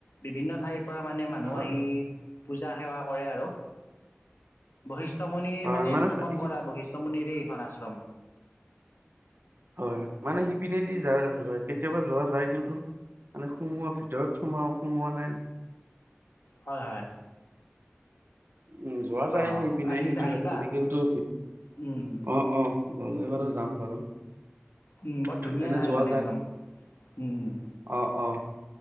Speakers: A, on the left; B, on the right.
A: বিভিন্ন ঠাইৰ পৰা মানে মানুহ
B: হয়।
A: আহি পূজা-সেৱা কৰে আৰু বশিষ্ঠমুণি
B: হয়
A: মানে স্থাপন
B: সি-
A: কৰা বশিষ্ঠমুণিৰে এইখন আশ্ৰম৷
B: হয়, মানে সিপিনেদি যায় কেতিয়াবা যোৱা যায় কিন্তু মানে সোমোৱা ভিতৰত সোমা সোমোৱা নাই
A: হয় হয়৷
B: উম যোৱা যাই
A: অ
B: সেই পিনে
A: আহি
B: সেইটো
A: আহিবা
B: ৰাস্তাতে কিন্তু
A: উম উম
B: অ অ গ'লে বাৰু যাম বাৰু৷
A: উম বৰ ধুনীয়া
B: এনে
A: ঠাই
B: যোৱা
A: মানে
B: যায়৷অ
A: একদম উম উম
B: অ